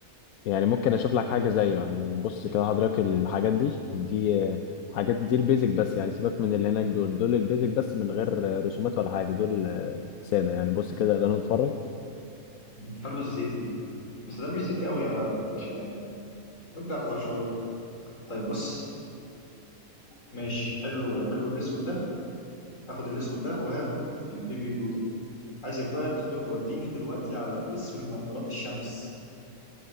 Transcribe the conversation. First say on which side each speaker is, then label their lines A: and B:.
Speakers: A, on the left; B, on the left.
A: يعني ممكن أشوف لك حاجة زيه يعني بص كده حضرتك الحاجات دي دي آه حاجات دي البيزك بس يعني سيبك من اللي هناك دول دول البيزك بس من غير آه، رسومات ولا حاجة دول آه سادة يعني بص كده خلينا نتفرج
B: مم، حلو الزيتي ده بس ده مش زيتي قوي يا باشا يعني مدي اخضر شويه طيب بص ماشي حلو حلو الاسود ده هاخد الاسود ده وهاخد البيبي بلو ده عايزك بقى تخ- توديني دلوقتي على قسم نظارات الشمس